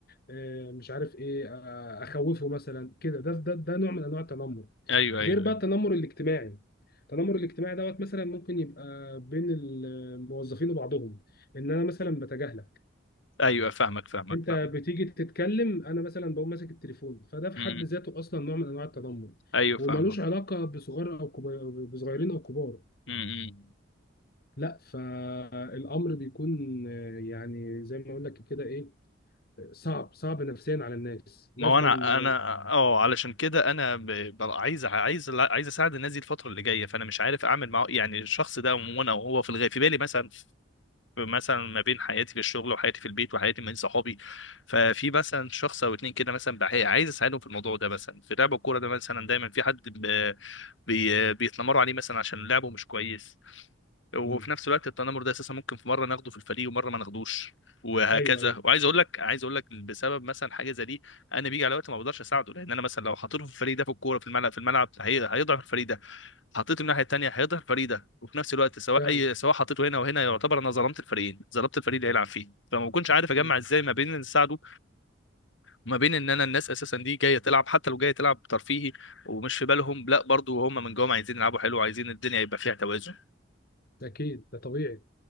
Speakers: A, on the left; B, on the left.
A: إيه مش عارف ايه آه، اخوفه مثلا كده ده ده ده نوع من انواع التنمر
B: ايوه ايوه
A: غير بقى التنمر الاجتماعي التنمر الاجتماعي دوت مثلا ممكن يبقى بين الموظفين وبعضهم ان انا مثلا بتجاهلك
B: ايوه فاهمك فاهمك
A: انت
B: فاهمك
A: بتيجي تتكلم انا مثلا بقوم ماسك التليفون فده في
B: مم.
A: حد ذاته اصلا نوع من انواع التنمر
B: ايوه
A: وملوش
B: فاهمك
A: علاقه بصغار او كبار بصغيرين او كبار
B: مم.
A: لا فالامر بيكون آه، يعني زي ما اقول لك كده ايه صعب صعب نفسيا على الناس لازما
B: ما هو انا
A: آه،
B: انا اه علشان كده انا ب... ب- عايز عايز عايز اساعد الناس دي الفتره اللي جايه فانا مش عارف اعمل معه يعني الشخص ده وانا وهو في الغاية في بالي مثلا في مثلا ما بين حياتي في الشغل وحياتي في البيت وحياتي من صحابي ففي مثلا شخص او اتنين كده مثلا بح- عايز اساعدهم في الموضوع ده مثلا في لعب الكوره ده مثلا دايما في حد ب... بي... بيتنمروا عليه مثلا عشان لعبه مش كويس وفي
A: مم.
B: نفس الوقت التنمر ده اساسا ممكن في مره ناخده في الفريق ومره ما ناخدوش وهكذا
A: ايوه ايوه
B: وعايز اقول لك عايز اقول لك بسبب مثلا حاجه زي دي انا بيجي على وقت ما بقدرش اساعده لان انا مثلا لو حطيته في الفريق ده في الكوره في الملعب في الملعب هي- هيضعف الفريق ده حطيته الناحيه الثانيه هيضعف الفريق ده وفي نفس الوقت سواء
A: فعلا
B: اي سواء حطيته هنا وهنا يعتبر انا ظلمت الفريقين ظلمت الفريق اللي هيلعب فيه فما بكونش عارف اجمع
A: مم.
B: ازاي ما بين ان اساعده وما بين ان انا الناس اساسا دي جايه تلعب حتى لو جايه تلعب ترفيهي ومش في بالهم لا برضو هم من جوه عايزين يلعبوا حلو وعايزين الدنيا يبقى فيها توازن
A: اكيد ده طبيعي